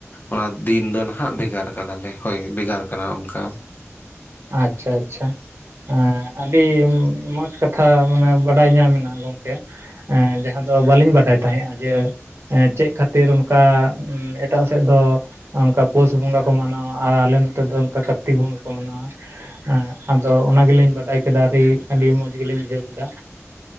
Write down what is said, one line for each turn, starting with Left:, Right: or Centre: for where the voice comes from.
Left: ᱚᱱᱟ ᱫᱤᱱ ᱫᱚ ᱱᱟᱦᱟᱜ ᱵᱷᱮᱜᱟᱨ ᱠᱟᱫᱟᱞᱮ᱾ ᱦᱳᱭ, ᱵᱷᱮᱜᱟᱨ ᱠᱟᱱᱟ ᱚᱱᱠᱟ᱾
Right: ᱟᱪᱪᱷᱟ ᱟᱪᱪᱷᱟ᱾ ᱦᱮᱸ ᱟᱹᱰᱤ ᱢᱚᱡᱽ ᱠᱟᱛᱷᱟ ᱢᱟᱱᱮ ᱵᱟᱰᱟᱭ ᱧᱟᱢᱮᱱᱟ ᱜᱚᱝᱠᱮ᱾ ᱦᱮᱸ ᱡᱟᱦᱟᱸ ᱫᱚ ᱵᱟᱹᱞᱤᱧ ᱵᱟᱰᱟᱭ ᱛᱟᱦᱮᱸᱜ-ᱟ ᱡᱮ, ᱦᱮᱸ, ᱪᱮᱫ ᱠᱷᱟᱹᱛᱤᱨ ᱚᱱᱠᱟ ᱮᱴᱟᱜ ᱥᱮᱫ ᱫᱚ ᱚᱱᱠᱟ ᱯᱩᱥ ᱵᱚᱸᱜᱟ ᱠᱚ ᱢᱟᱱᱟᱣᱟ ᱟᱨ ᱟᱞᱮ ᱱᱚᱛᱮ ᱫᱚ ᱚᱱᱠᱟ ᱠᱟᱨᱛᱤᱠ ᱵᱚᱸᱜᱟ ᱠᱚ ᱢᱟᱱᱟᱣᱟ᱾ ᱮᱸᱜ, ᱟᱫᱚ ᱚᱱᱟ ᱜᱮᱞᱤᱧ ᱵᱟᱰᱟᱭ ᱠᱮᱫᱟ ᱫᱤ, ᱟᱹᱰᱤ ᱢᱚᱸᱡᱽ ᱜᱮᱞᱤᱧ ᱵᱩᱡᱷᱟᱹᱣ ᱠᱮᱫᱟ᱾